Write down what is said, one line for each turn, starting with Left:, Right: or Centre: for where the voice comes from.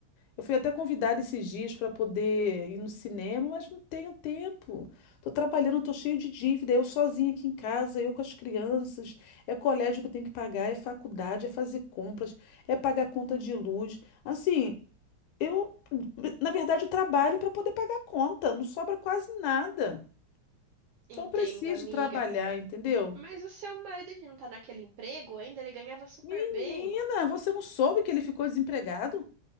Left: Eu fui até convidada esses dias para poder ir no cinema, mas não tenho tempo. Tô trabalhando, tô cheio de dívida, eu sozinha aqui em casa, eu com as crianças. É colégio que eu tenho que pagar, é faculdade, é fazer compras, é pagar conta de luz. Assim, eu, na verdade, eu trabalho para poder pagar conta, não sobra quase nada.
Right: Entendo,
Left: Então eu preciso
Right: amiga.
Left: trabalhar, entendeu?
Right: Mas o seu marido ele não tá naquele emprego ainda? Ele ganhava super
Left: Menina,
Right: bem.
Left: você não soube que ele ficou desempregado?